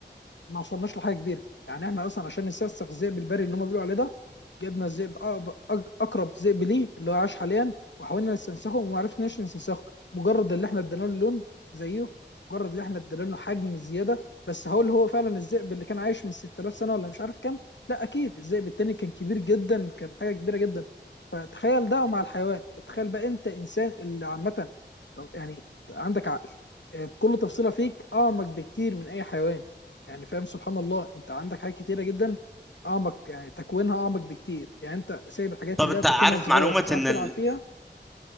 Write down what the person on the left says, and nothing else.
ما وصلناش لحاجه كبيره يعني احنا اصلا عشان نسفسف الذئب البري اللي هم بيقولوا عليه ده جبنا الذئب أقرب- أج- اقرب ذئب ليه اللي هو عاش حاليا وحاولنا نستنسخه وما عرفناش نستنسخه مجرد اللي احنا ادينا له لون زيه مجرد اللي احنا ادينا له حجم زياده بس هقول هو فعلا الذئب اللي كان عايش من 6000 سنه ولا مش عارف كام لا اكيد الذئب التاني كان كبير جدا كان حاجه كبيره جدا فتخيل ده مع الحيوان تخيل بقى انت انسان اللي عامه طب يعني عندك عقل آه، كل تفصيله فيك اعمق بكتير من اي حيوان يعني فاهم سبحان الله انت عندك حاجات كتيره جدا اعمق يعني تكوينها اعمق بكتير يعني انت سايب الحاجات
اللي
هي تكوينها
صغير
مش عارف
تلعب
فيها